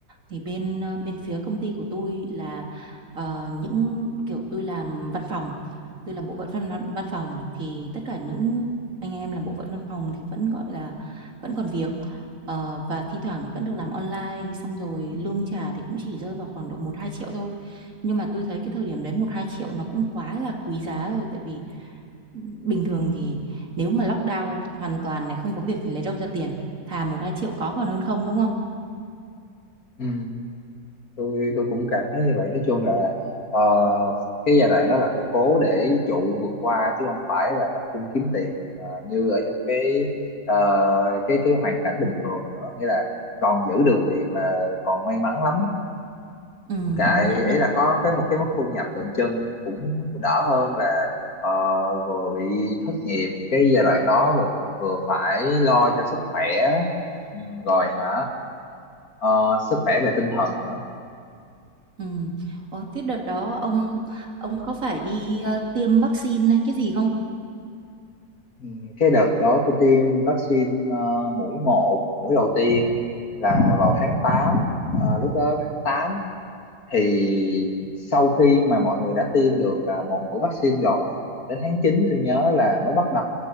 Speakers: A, on the right; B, on the left.
A: thì bên ờ, bên phía công ty của tôi là ờ, những kiểu tôi làm văn phòng tôi làm bộ phận văn, văn văn phòng thì tất cả những anh em làm bộ phận văn phòng thì vẫn gọi là vẫn còn việc Ờ, và thi thoảng thì vẫn được làm online xong rồi lương trả thì cũng chỉ rơi vào khoảng độ một 2 triệu thôi nhưng mà tôi thấy cái thời điểm đấy một 2 triệu nó cũng quá là quý giá rồi tại vì ừ, bình thường thì nếu mà lockdown hoàn toàn này không có việc thì lấy đâu ra tiền thà một 2 triệu có còn hơn không đúng không
B: Ừ, tôi tôi cũng cảm thấy như vậy nói chung là ờ, cái giai đoạn đó là phải cố để trụ vượt qua chứ không phải là tập trung kiếm tiền ờ, như ở trong cái ờ, cái cái hoàn cảnh bình thường nữa nghĩa là còn giữ được việc là còn may mắn lắm
A: ừ
B: cái
A: công nhận
B: ấy
A: á.
B: là có cái một cái mức thu nhập tượng trưng cũng đỡ hơn là ờ, vừa bị thất nghiệp cái giai đoạn đó vừa, vừa phải lo cho sức khỏe Ừ, rồi hả ờ, sức khỏe về tinh thần nữa
A: Ừ. Ồ, thế đợt đó ông ông có phải đi ờ, tiêm vaccine hay cái gì không?
B: Ừ, cái đợt đó tôi tiêm vaccine ờ, mũi một mũi đầu tiên là vào tháng tám Ờ, lúc đó tháng 8 thì sau khi mà mọi người đã tiêm được ờ, một mũi vaccine rồi đến tháng 9 tôi nhớ là mới bắt